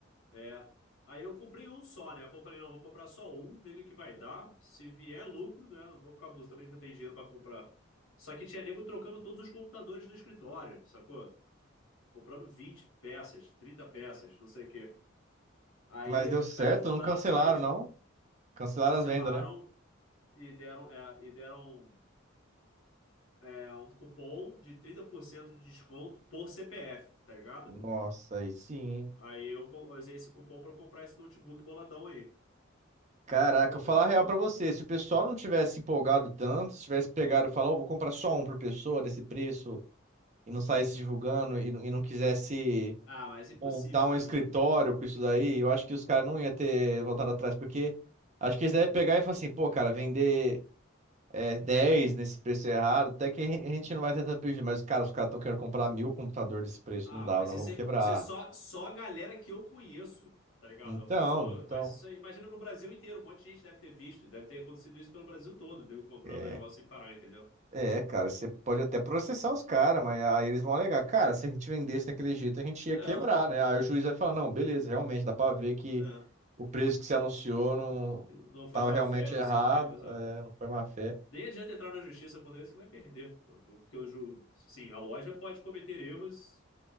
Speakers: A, on the left (about 80°); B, on the right (about 35°).
A: É. Aí eu comprei um só, né? Pô, eu falei, não, vou comprar só um, ver o que que vai dar. Se vier lucro, né? Não vou ficar buscando também, que eu tenho dinheiro pra comprar. Só que tinha nego trocando todos os computadores do escritório, sacou? Comprando 20 peças, 30 peças, não sei o quê. Aí
B: Mas deu
A: os
B: certo,
A: caras voltaram
B: não cancelaram,
A: atrás,
B: não.
A: e
B: Cancelaram
A: cancelaram
B: as vendas, né?
A: e deram, é, e deram é, um cupom de 30% de desconto por CPF, tá ligado?
B: Nossa, aí sim, hein?
A: Aí eu co- usei esse cupom pra comprar esse notebook boladão aí.
B: Caraca,
A: Porra,
B: eu vou falar
A: o bagulho
B: a real pra você, se o pessoal não tivesse empolgado tanto, se tivesse pegado e falado, "Ó, vou comprar só um por pessoa desse preço, e não saísse divulgando, e, não- e não quisesse
A: Ah, mas impossível,
B: montar um
A: né,
B: escritório
A: mano?
B: com isso daí, eu acho que os caras não iam ter voltado atrás, porque acho que
A: Impossível.
B: eles devem pegar e falar assim, pô, cara, vender é, 10 nesse preço errado, até que a gente não vai ter tanto prejuízo, mas, cara, os caras estão querendo comprar mil computador nesse preço,
A: Ah,
B: não dá,
A: mas
B: nós
A: isso
B: vamos
A: é,
B: quebrar.
A: isso é só, só a galera que eu conheço, tá ligado?
B: Então,
A: Abusou,
B: então...
A: mas isso aí, imagina no Brasil inteiro, um monte de gente deve ter visto, deve ter acontecido isso pelo Brasil todo, deu comprando
B: é,
A: negócio sem parar, entendeu?
B: É, cara, você pode até processar os caras, mas aí eles vão alegar, cara, se a gente vendesse daquele jeito, a gente ia
A: É,
B: quebrar, né? Aí o juiz vai falar, não, beleza, realmente, dá pra ver que
A: é.
B: o preço que você anunciou não
A: Que não não foi
B: tava
A: má
B: realmente
A: fé, não
B: errado,
A: sei o que. exato.
B: é, não foi má fé.
A: Nem adianta entrar na justiça quando isso que vai perder, pô, porque eu juro, sim, a loja pode cometer erros